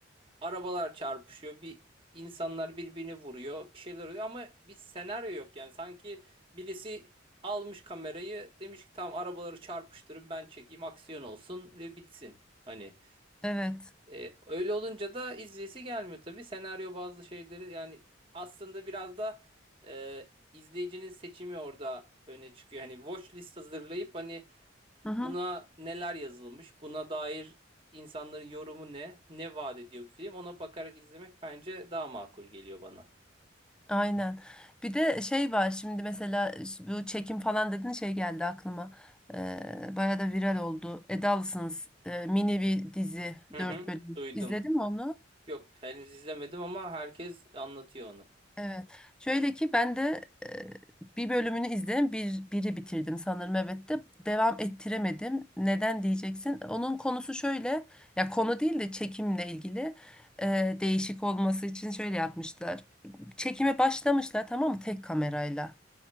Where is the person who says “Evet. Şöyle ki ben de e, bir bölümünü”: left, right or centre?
Centre